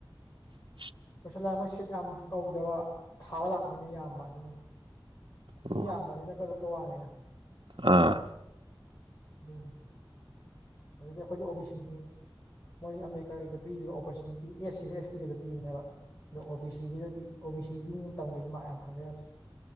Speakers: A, on the right; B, on the left.
A: <inaudible>
B: ꯀꯣꯏꯁꯟ ꯂꯥꯏ ꯃꯣꯏ ꯁꯤꯠ ꯌꯥꯝ ꯀꯧꯗꯕ ꯊꯥꯕ ꯂꯥꯛꯄ ꯃꯤꯅ ꯌꯥꯝꯕ ꯑꯗꯨꯅꯅꯦ
A: ꯑꯣ
B: ꯃꯤ ꯌꯥꯝꯃꯅꯤꯅ ꯀꯥꯠ ꯐꯣꯞꯇꯣ ꯋꯥꯡꯉꯦꯅ
A: ꯑꯥ
B: ꯑꯗꯨꯅꯤ ꯑꯗꯨꯗ ꯑꯩꯈꯣꯏꯗꯤ ꯑꯣ ꯕꯤ ꯁꯤꯅꯤ ꯃꯣꯏ ꯑꯝꯕꯦꯗꯀꯔꯒꯤꯗ ꯄꯤꯔꯤꯕ ꯑꯣꯄꯣꯔꯆꯨꯅꯤꯇꯤ ꯑꯦꯁ ꯁꯤꯒ ꯑꯦꯁ ꯇꯤꯒꯗ ꯄꯤꯕꯅꯦꯕ ꯑꯗꯣ ꯑꯣ ꯕꯤ ꯁꯤꯒꯤꯗꯗꯤ ꯑꯣ ꯕꯤ ꯁꯤꯒꯤꯅ ꯇꯝꯒꯦꯗꯤ ꯃꯥꯛ ꯌꯥꯝ ꯐꯪꯗ ꯌꯥꯗ꯭ꯔꯦ